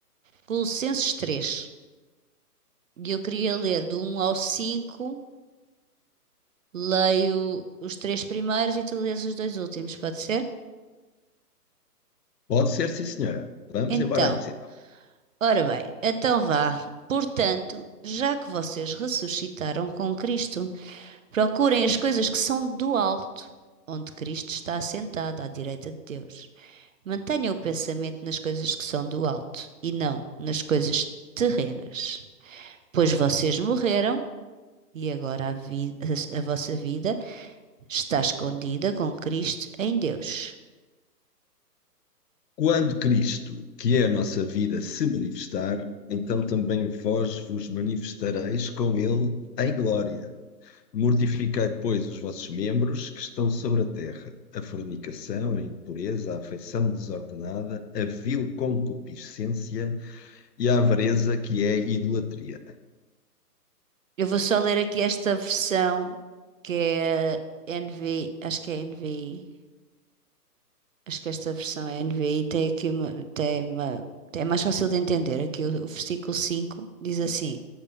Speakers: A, on the right; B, on the left.
A: Colossenses 3. E eu queria ler do um ao cinco leio os três primeiros e tu lês os dois últimos, pode ser?
B: Pode ser, sim, senhora. Vamos
A: Então,
B: embora a isso, então.
A: ora bem, então vá. Portanto, já que vocês ressuscitaram com Cristo, procurem as coisas que são do alto, onde Cristo está assentado à direita de Deus. Mantenha o pensamento nas coisas que são do alto e não nas coisas terrenas, pois vocês morreram e agora a vi- a a vossa vida está escondida com Cristo em Deus.
B: Quando Cristo, que é a nossa vida, se manifestar, então também vós vos manifestareis com ele em glória. Mortificai, pois, os vossos membros que estão sobre a terra: a fornicação, a impureza, a afeição desordenada, a vil concupiscência e a avareza, que é idolatria.
A: Eu vou só ler aqui esta versão que é a NVI, acho que é a NVI, acho que esta versão é a NVI, tem aqui uma, tem uma, é mais fácil de entender. Aqui o, o versículo 5 diz assim: